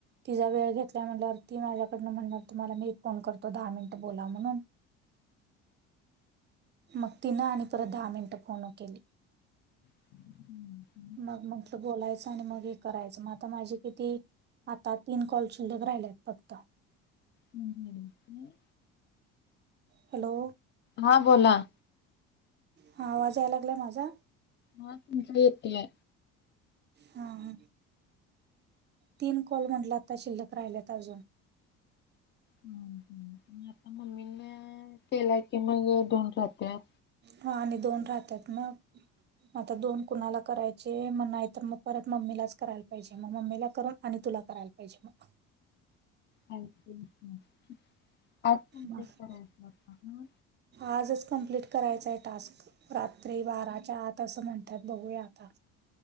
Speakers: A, on the right; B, on the left.
A: तिजा वेळ घेतल्या म्हटल्यावर ती माझ्याकडनं म्हणणार तुम्हाला मी एक फोन करतो दहा मिनटं बोला म्हणून. मग तिनं आणि परत दहा मिनिटं फोन केली.
B: हम्म हम्म.
A: <unintelligible> बोलायच आणि मग हे करायच. मग आता माझे किती, आता तीन कॉल शिल्लक राहिल्यात फक्त.
B: हम्म हम्म काय.
A: हॅलो.
B: हा बोला.
A: हा आवाज यायला लागलाय माझा?
B: हा तुमचा येतय.
A: हा ह. तीन कॉल म्हटला आता शिल्लक राहिल्यात अजून.
B: ह आता मम्मीना केला कि मग दोन राहत्यात.
A: ह आणि दोन राहत्यात मग. आता दोन कुणाला करायचे, मग नाही तर मग परत मम्मीलाच करायला पाहिजे. मग मम्मीला करून आणि तुला करायला पाहिजे मग.
B: हाय की <unintelligible> टास्क कम्प्लीट
A: मग
B: करायचं आता ह.
A: आजच कम्प्लीट करायचंय टास्क. रात्री बाराच्या आत असं म्हणत्यात बघूया आता.